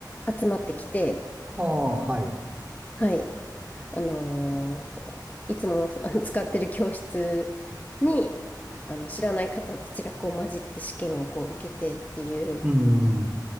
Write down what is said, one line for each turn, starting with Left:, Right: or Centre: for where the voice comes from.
Left: う集まってきて、
Right: ああ、はい。
Left: はい。あのーいつもあの使ってる教室に、あの、知らない方たちがこう混じって試験をこう受けてっていう
Right: うん。